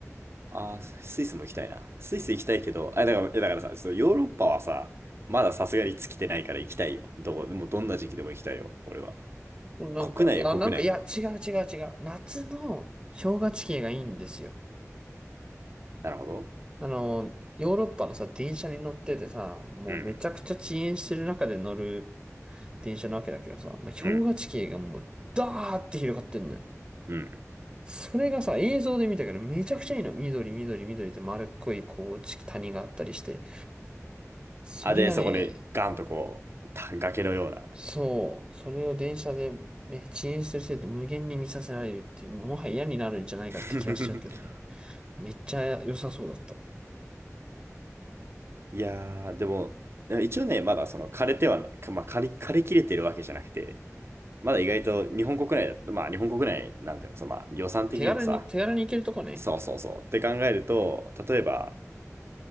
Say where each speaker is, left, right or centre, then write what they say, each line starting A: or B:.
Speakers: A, on the right; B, on the right.
A: あー、スイスも行きたいな。スイス行きたいけど、あ、だから、いやだからさ、そのヨーロッパはさ、まださすがに尽きてないから行きたいよ。どこ、もうどんな時期でも行きたいよ、俺は。
B: なんか、
A: 国内よ、
B: いや、
A: 国内。
B: なんか、いや、違う違う違う。夏の氷河地形がいいんですよ。
A: なるほど。
B: あの、ヨーロッパのさ、電車に乗っててさ、もうめちゃくちゃ遅延してる中で乗る
A: うん、
B: 電車なわけだけどさ、まあ氷河地形がもうダーって広がってんのよ。
A: うん、うん。
B: それがさ、映像で見たけどめちゃくちゃいいの。緑、緑、緑で丸っこい、こう、地谷があったりして。それがね、
A: あ、で、そこでガンとこう、た崖のような。
B: そう、それを電車でね、遅延するせいで無限に見させられるっていう、もはや嫌になるんじゃないかって気がしちゃうけどね。
A: <laughs>
B: めっちゃ良さそうだった。
A: いやー、でも、一応ね、まだその枯れてはな、かまあ、枯れ、枯れ切れてるわけじゃなくて、まだ意外と日本国内まあ日本国内なんだよ、そのまあ予算的にもさ、
B: 手軽に、手軽に行けるとこね。
A: そうそうそうって考えると、例えば、